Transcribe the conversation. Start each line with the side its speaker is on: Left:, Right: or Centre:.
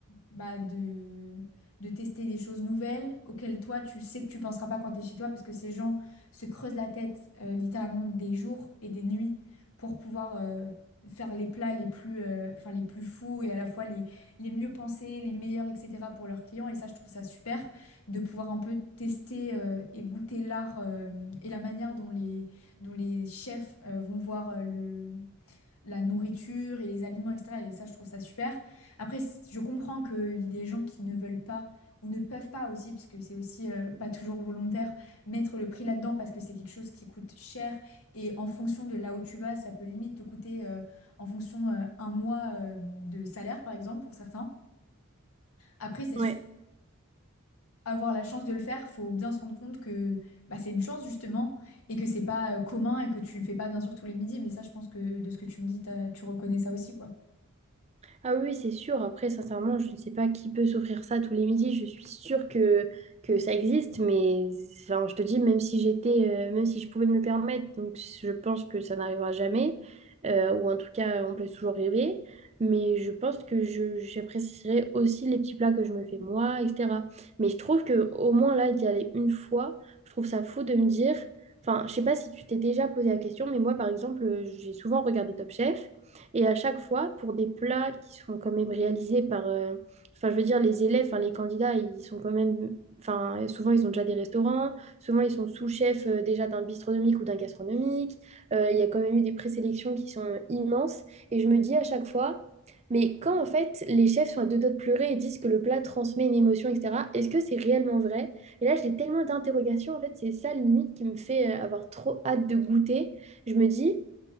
Left: bah, de, de tester des choses nouvelles auxquelles toi, tu sais que tu penseras pas quand t'es chez toi parce que ces gens se creusent la tête euh, littéralement des jours et des nuits pour pouvoir euh, faire les plats les plus, euh, enfin, les plus fous et à la fois les, les mieux pensés, les meilleurs, etc. pour leurs clients. Et ça, je trouve ça super de pouvoir un peu tester euh, et goûter l'art euh, et la manière dont les, dont les chefs euh, vont voir euh, le, la nourriture et les aliments, etc. Et ça, je trouve ça super. Après, c- je comprends qu'il y a des gens qui ne veulent pas ou ne peuvent pas aussi, puisque c'est aussi euh, pas toujours volontaire, mettre le prix là-dedans parce que c'est quelque chose qui coûte cher. Et en fonction de là où tu vas, ça peut limite te coûter euh, en fonction euh, un mois euh, de salaire, par exemple, pour certains. Après, c'est
Right: Ouais.
Left: sûr. Avoir la chance de le faire, faut bien se rendre compte que bah, c'est une chance justement et que c'est pas euh, commun et que tu le fais pas bien sûr tous les midis. Mais ça, je pense que de ce que tu me dis, t'as- tu reconnais ça aussi, quoi.
Right: Ah oui, c'est sûr. Après, sincèrement, je ne sais pas qui peut s'offrir ça tous les midis. Je suis sûre que, que ça existe, mais enfin, je te dis, même si j'étais, euh, même si je pouvais me le permettre, donc je pense que ça n'arrivera jamais, euh, ou en tout cas, on peut toujours rêver. Mais je pense que je, j'apprécierais aussi les petits plats que je me fais moi, etc. Mais je trouve que au moins là, d'y aller une fois, je trouve ça fou de me dire. Enfin, je sais pas si tu t'es déjà posé la question, mais moi, par exemple, euh, j'ai souvent regardé Top Chef. Et à chaque fois, pour des plats qui sont quand même réalisés par, euh, enfin, je veux dire, les élèves, enfin, les candidats, ils sont quand même, enfin, souvent, ils ont déjà des restaurants, souvent, ils sont sous-chefs euh, déjà d'un bistronomique ou d'un gastronomique. Euh, il y a quand même eu des présélections qui sont euh, immenses. Et je me dis à chaque fois, mais quand en fait les chefs sont à deux doigts de pleurer et disent que le plat transmet une émotion, etc., est-ce que c'est réellement vrai? Et là, j'ai tellement d'interrogations, en fait, c'est ça limite qui me fait euh, avoir trop hâte de goûter. Je me dis,